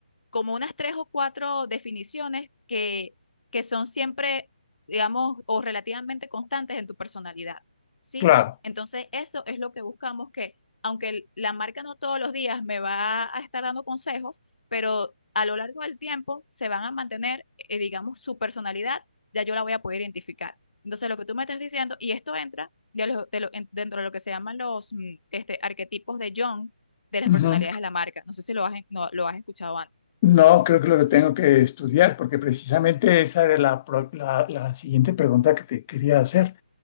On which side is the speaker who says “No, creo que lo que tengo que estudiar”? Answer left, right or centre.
Left